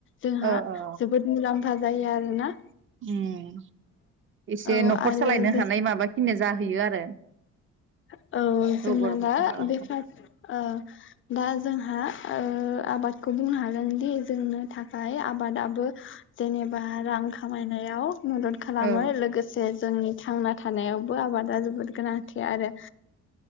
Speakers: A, on the left (about 45°); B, on the right (about 40°).
A: जोंहा
B: औ औ
A: जोबोद मुलाम्फा जायो आरो ना।
B: उम एसे
A: औ
B: नखर
A: आरो
B: सालायनो
A: जों
B: हानाय माबााखिनिया जाहैयो आरो।
A: <unintelligible> औ जोंना
B: रबर
A: दा
B: बागानखौ
A: बेफार ओ दा जोंहा ओ आबादखौ बुंनो हागोनदि जोंनो थाखाय आबादाबो जेनेबा रां खामायनायाव मदद खालामो
B: औ
A: लोगोसे जोंनि थांना थानायावबो आबादा जोबोद गोनांथि आरो। दा